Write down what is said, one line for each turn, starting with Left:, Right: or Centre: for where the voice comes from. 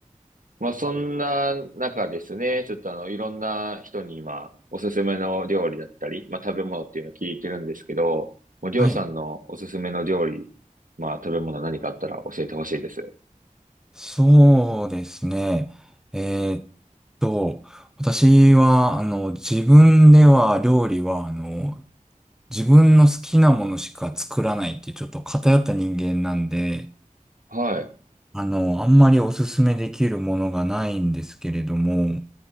Right: まあ、そんな中ですね、ちょっとあの、いろんな人に今、おすすめの料理だったり、まあ、食べ物っていうのを聞いてるんですけど、もう、りょうさんのおすすめの料理、
Centre: はい。
Right: まあ、食べ物何かあったら教えてほしいです。
Centre: そうですね。えーっと、私は、あの、自分では料理は、あの、自分の好きなものしか作らないっていうちょっと偏った人間なんで、
Right: はい、
Centre: あの、あんまりおすすめできるものがないんですけれども、